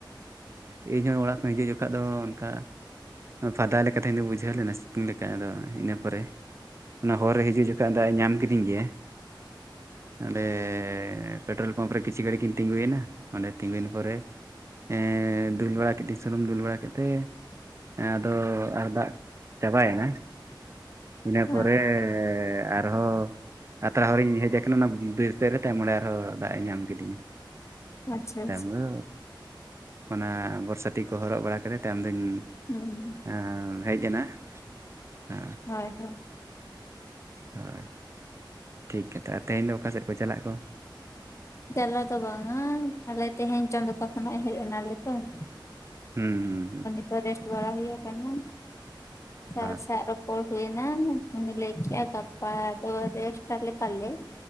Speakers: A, on the right (about 35°); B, on the left (about 35°).
A: ᱚᱭ ᱤᱧᱦᱚᱸ ᱚᱲᱟᱜ ᱠᱷᱚᱱ ᱦᱤᱡᱩᱜ ᱡᱚᱠᱷᱟ ᱫᱚ ᱚᱱᱠᱟᱼᱼ ᱯᱷᱟᱫᱟ ᱞᱮᱠᱟ ᱛᱮᱹᱦᱮᱹᱧ ᱫᱚ ᱵᱩᱡᱷᱟᱹᱣ ᱞᱮᱱᱟ ᱥᱤᱛᱩᱝ ᱞᱮᱠᱟ ᱟᱫᱚ ᱤᱱᱟᱹ ᱯᱚᱨᱮᱼᱼ ᱚᱱᱟ ᱦᱚᱨ ᱨᱮ ᱦᱤᱡᱩᱜ ᱡᱚᱠᱷᱚᱱ ᱫᱟᱜ ᱮ ᱧᱟᱢ ᱠᱤᱫᱤᱧ ᱜᱮᱭᱟ ᱚᱸᱰᱮᱻ ᱯᱮᱴᱨᱳᱞ ᱯᱟᱢᱯ ᱨᱮ ᱠᱤᱪᱷᱩ ᱜᱷᱟᱹᱲ ᱠᱤᱱ ᱛᱤᱸᱜᱩᱭᱱᱟ ᱚᱸᱰᱮ ᱛᱤᱸᱜᱩᱭᱮᱱ ᱯᱚᱨᱮ ᱮᱸ ᱫᱩᱞ ᱵᱟᱲᱟ ᱠᱤᱴᱤᱡ ᱥᱩᱱᱩᱢ ᱫᱩᱞ ᱵᱟᱲᱟ ᱠᱮᱛᱮ ᱮᱸ ᱟᱫᱚ ᱟᱨ ᱫᱟᱜ ᱪᱟᱵᱟᱭᱮᱱᱟ? ᱤᱱᱟᱹ ᱯᱚᱨᱮᱻ
B: ᱟᱪᱪᱷᱟ
A: ᱟᱨᱦᱚ ᱟᱛᱲᱟ ᱦᱚᱨᱤᱧ ᱦᱮᱡ ᱟᱠᱟᱱᱟ ᱚᱱᱟ ᱵᱤᱨ ᱥᱮᱛ ᱨᱮ ᱛᱟᱭᱚᱢ ᱚᱸᱲᱮ ᱟᱨᱦᱚᱸ ᱫᱟᱜ ᱮ ᱧᱟᱢ ᱠᱤᱫᱤᱧᱟ ᱾
B: ᱟᱪᱪᱷᱟ
A: ᱛᱟᱭᱚᱢ ᱫᱚ ᱚᱱᱟ ᱵᱚᱨᱥᱟᱛᱤ ᱠᱚ ᱦᱚᱨᱚᱜ ᱵᱟᱲᱟ ᱠᱟᱛᱮᱫ ᱛᱟᱭᱚᱢ ᱫᱩᱧ
B: ᱦᱩᱸ ᱾
A: ᱮᱻᱢ ᱦᱮᱡ ᱮᱱᱟ, ᱟᱸ ᱾
B: ᱦᱚᱭ -ᱦᱚᱭ ᱾
A: ᱦᱚᱭ, ᱴᱷᱤᱠ ᱜᱮᱭᱟᱛᱚ ᱛᱮᱹᱦᱮᱹᱧ ᱫᱚ ᱚᱠᱟ ᱥᱮᱫ ᱠᱚ ᱪᱟᱞᱟᱜ ᱠᱚ?
B: ᱪᱚᱞᱚ ᱫᱚ ᱵᱟᱝᱟ ᱟᱞᱮ ᱛᱮᱹᱦᱮᱹᱧ ᱪᱟᱸᱫ ᱚ ᱠᱚ ᱠᱷᱚᱱᱟᱜ ᱦᱮᱡ ᱮᱱᱟᱞᱮ ᱛᱚ ᱾
A: ᱦᱩᱸ -ᱦᱩᱸ -ᱦᱩᱸ ᱾
B: ᱛ ᱨᱮᱹᱥᱴ ᱵᱟᱲᱟ ᱦᱩᱭ-ᱭᱟ ᱠᱟᱱᱟ, ᱥᱟᱨ
A: ᱦᱮᱸ
B: ᱥᱟᱨᱚ ᱯᱚᱲ ᱦᱩᱭᱱᱟ ᱩᱱᱤ ᱞᱟᱹᱭ ᱠᱮᱜ ᱟᱭ ᱜᱟᱯᱟ ᱫᱚ ᱨᱮᱹᱥᱴ ᱞᱮᱠᱟ ᱞᱮ